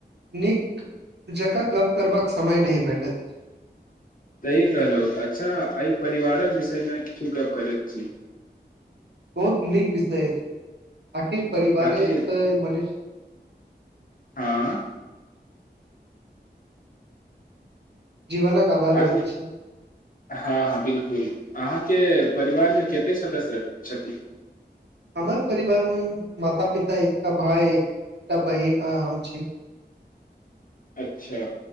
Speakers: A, on the right (about 70°); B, on the left (about 50°).
A: नीक जकाँ गप करबाक समय नहि भेटैत अछि
B: सही कहलहु अच्छा एहि परिवारक विषयमे किछु गप्प करैत छी
A: बहुत नीक विषय छै आखि परिवारे
B: आखिर
A: तऽ मनिष
B: हँ
A: जीवनक आधार
B: आने
A: होइत अछि
B: हँ हँ बिलकुल अहाँके परिवार मे कतेक सदस्य छथि
A: हमर परिवार मे माता पिता एकटा भाय एकटा बहिन आ हम छी
B: अच्छा